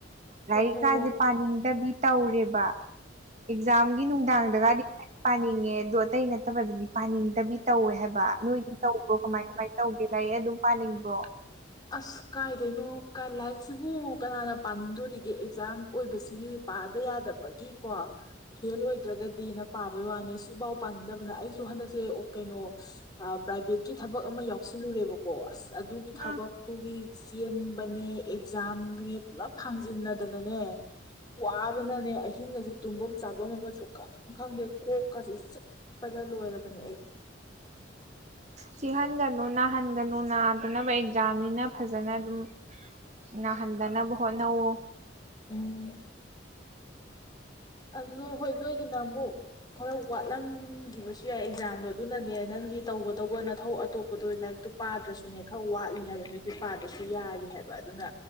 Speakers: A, on the right; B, on the left.
A: ꯂꯥꯏꯔꯤꯛꯀꯥꯖꯦ
B: ꯑꯣꯍꯣ
A: ꯄꯥꯅꯤꯡꯗꯕꯤ ꯇꯧꯔꯦꯕꯥ ꯑꯦꯛꯖꯥꯝꯒꯤ ꯅꯨꯡꯗꯥꯡꯗꯒꯥꯗꯤ ꯄꯥꯅꯤꯡꯉꯦ ꯑꯗꯣ ꯑꯇꯩ ꯅꯠꯇꯕꯗꯗꯤ ꯄꯥꯅꯤꯡꯗꯕꯤ ꯇꯧꯋꯦ ꯍꯥꯏꯕꯥ ꯅꯣꯏꯗꯤ ꯇꯧꯕ꯭ꯔꯣ ꯀꯃꯥꯏ ꯀꯃꯥꯏ ꯇꯧꯒꯦ ꯂꯥꯏ ꯂꯥꯏꯔꯤꯛ ꯑꯗꯨꯝ ꯄꯥꯅꯤꯡꯕ꯭ꯔꯣ
B: ꯑꯁ ꯀꯥꯏꯗꯩꯅꯣ ꯀ ꯂꯥꯏꯔꯤꯛꯁꯤꯕꯨ ꯀꯅꯥꯅ ꯄꯥꯅꯤꯡꯗꯣꯔꯤꯒꯦ ꯑꯦꯛꯖꯥꯝ ꯑꯣꯏꯕꯁꯤꯒꯤ ꯄꯥꯗ ꯌꯥꯗꯕꯒꯤꯀꯣ ꯐꯦꯜ ꯑꯣꯏꯗ꯭ꯔꯒꯗꯤꯅ ꯄꯥꯕꯩ ꯋꯥꯅꯤ ꯁꯤꯐꯥꯎ ꯄꯥꯅꯤꯡꯗꯕꯅ ꯑꯩꯁꯨ ꯍꯟꯗꯛꯁꯦ ꯑꯣ ꯀꯩꯅꯣ ꯑ ꯄ꯭ꯔꯥꯏꯚꯦꯠꯀꯤ ꯊꯕꯛ ꯑꯃ ꯌꯥꯎꯁꯤꯜꯂꯨꯔꯦꯕꯀꯣ ꯑꯁ ꯑꯗꯨꯒꯤ ꯊꯕꯛ
A: ꯑ
B: ꯇꯨꯒꯤ ꯆꯦꯟꯕꯅꯦ ꯑꯦꯛꯖꯥꯝꯅꯦ ꯄꯨꯂꯞ ꯐꯥꯡꯖꯤꯟꯅꯗꯅꯅꯦ ꯋꯥꯕꯅꯅꯦ ꯑꯍꯤꯡ ꯒꯖꯦ ꯇꯨꯝꯕꯝ ꯆꯥꯕꯝ ꯑꯃ ꯁꯨꯛ ꯈꯪ ꯈꯪꯗꯦ ꯀꯣꯛ ꯀꯥ ꯖꯦ ꯆꯤꯛꯄꯗ ꯂꯣꯏꯔꯕꯅꯦ ꯑꯩ
A: ꯆꯤꯛꯍꯟꯒꯅꯨ ꯅꯥꯍꯟꯒꯅꯨ ꯅꯥꯗꯅꯕ ꯑꯦꯛꯖꯥꯝꯅꯤꯅ ꯐꯖꯅ ꯑꯗꯨꯝ ꯅꯥꯍꯟꯗꯅꯕ ꯍꯣꯠꯅꯧꯑꯣ
B: <unintelligible> ꯑꯗꯨꯗꯣ ꯍꯣꯏ ꯅꯣꯏꯒꯤꯅ ꯑꯃꯨꯛ ꯈꯔ ꯋꯥꯠꯂꯝꯒꯤꯕꯁꯨ ꯌꯥꯏ ꯑꯦꯛꯖꯥꯝꯗꯣ ꯑꯗꯨꯅꯅꯦ ꯅꯪ꯫ ꯒꯤ ꯇꯧꯒꯗꯧꯕ ꯅꯊꯧ ꯑꯇꯣꯞꯄꯗꯣ ꯂꯥꯏꯔꯤꯛꯇꯨ ꯄꯥꯗ꯭ꯔꯁꯨꯅꯦ ꯈꯔ ꯋꯥꯠꯂꯤ ꯍꯥꯏꯕ ꯅꯣꯏꯒꯤ ꯄꯥꯗ꯭ꯔꯁꯨ ꯌꯥꯔꯤ ꯍꯥꯏꯕ꯫ ꯕ ꯑꯗꯨꯅ